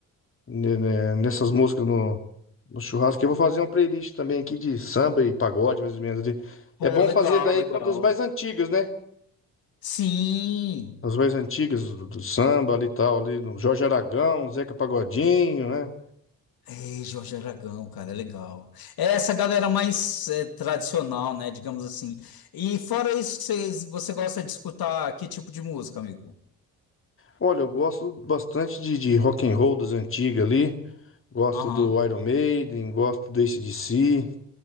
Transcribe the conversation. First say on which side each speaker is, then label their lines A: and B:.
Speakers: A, on the left (about 30°); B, on the left (about 65°).
A: ne- ne- nessas músicas no, no churrasco. Que Eu vou fazer uma playlist também aqui de samba e pagode, mais ou menos. De,
B: Pô,
A: é bom
B: legal,
A: fazer daí
B: legal.
A: com das mais antigas, né?
B: Sim!
A: As mais antigas do, do samba ali e tal, ali no Jorge Aragão, Zeca Pagodinho, né?
B: É, Jorge Aragão, cara, é legal. É essa galera mais é, tradicional, né, digamos assim. E fora isso, vocês, você gosta de escutar que tipo de música, amigo?
A: Olha, eu gosto bastante de, de rock and roll das antigas ali. Gosto
B: Aham.
A: do Iron Maiden, gosto do AC/DC,